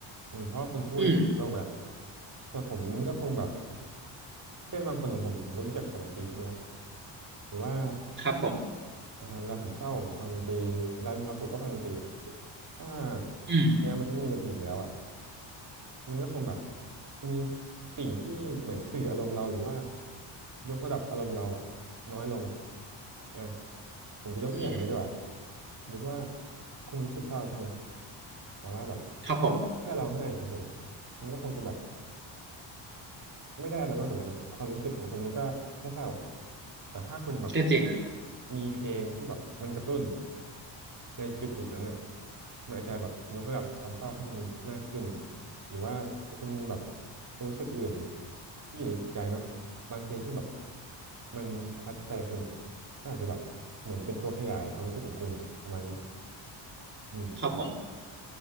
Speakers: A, on the right; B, on the right.
A: อืมเพราะว่าคุณพูดในโลกแหละ
B: อืม
A: แต่ผมก็คงแบบเพื่อนบางคนของผมผมก็รู้จักกับดนตรีใช่ไหมล่ะหรือว่า
B: ครับผม
A: อ่าเวลาผมเศร้าผมฟังดนตรีเวลามีความสุขก็ฟังดนตรีถ้า
B: อืม
A: เนี้ยมันไม่มีดนตรีอีกแล้วอ่ะ มันก็คงแบบมีสิ่งที่เหมือนสื่ออารมณ์เราหรือว่ายกระดับอารมณ์เราอะน้อยลงอ่ะผมจะยกตัวอย่างนี้ดีกว่า
B: อืม
A: สมมุติว่าคุณรู้สึกเศร้าใช่ไหมแต่ว่าแบบ
B: ครับผม
A: แค่เราให้เฉยมันก็คงจะแบบ ไม่ได้อะไรมากกว่านั้นอะความรู้สึกของคุณมันก็แค่เศร้าแต่ถ้าคุณแบบ
B: ก็จริงนะ
A: มีเพลงที่แบบมันกระตุ้นในจุดจุดนั้นอะมันอาจจะแบบยกระดับความเศร้าให้มันมากขึ้นหรือว่าคุณมีแบบความรู้สึกอื่นที่อยู่ในใจเนาะบางเพลงที่แบบมันทัดใจคุณอะก็อาจจะแบบเหมือนเป็นตัวขยายความรู้สึกของคุณประมาณนี้อืม
B: ครับผม